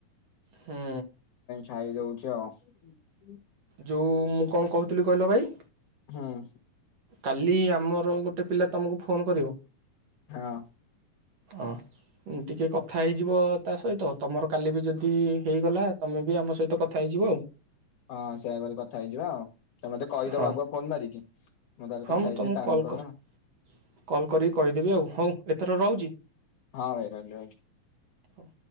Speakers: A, on the right; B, on the left.
A: ହୁଁ
B: ଛାଇ ଦଉଛି ଆଉ ହଁ ହ
A: ଯେଉଁ ମୁଁ କଣ କହୁଥିଲି କହିଲ ଭାଇ
B: ହୁଁ
A: କାଲି ଆମର ଗୋଟେ ପିଲା ତମକୁ ଫୋନ କରିବ।
B: ହଁ।
A: ହଁ ଟିକେ କଥା ହେଇଯିବ ତା ସହିତ ତମର କାଲି ବି ଯଦି ହେଇଗଲା ତମେ ବି ଆମ ସହିତ କଥା ହେଇଯିବ ଆଉ।
B: ହଁ ସେଇ ଆାବରେ କଥା ହେଇଯିବା ଆଉ ତମତେ କହିଦବ
A: ହଁ
B: ଆଗୁଆ ଫୋନ ମାରିକି। ତାପରେ
A: ହଁ
B: କଥା
A: ମୁଁ
B: ହେଇଯିବି
A: ତମକୁ
B: ତାଙ୍କର
A: କଲ୍ କରି
B: କଣ ହଁ
A: କଲ୍ କରିକି କହିଦେବି ଆଉ ହଉ ଏଥର ରହୁଛି
B: ହଁ ଭାଇ ରହିଲି ରହିଲି।
A: ହଉ।